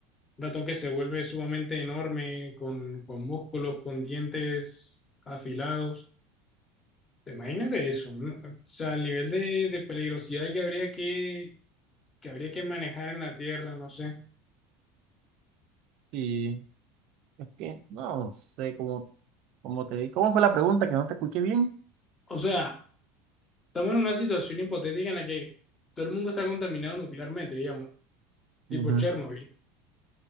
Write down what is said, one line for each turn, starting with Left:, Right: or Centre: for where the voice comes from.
Left: un ratón que se vuelve sumamente enorme, con, con músculos, con dientes afilados. Imagínate eso, ¿no? O sea, el nivel de, de peligrosidad que habría que, que habría que manejar en la Tierra, no sé.
Right: sí, es que no sé cómo, cómo te di. ¿Cómo fue la pregunta que no te escuché bien?
Left: O sea, Estamos en una situación hipotética en la que todo el mundo está contaminado nuclearmente, digamos, tipo
Right: Ujú.
Left: Chernobyl. O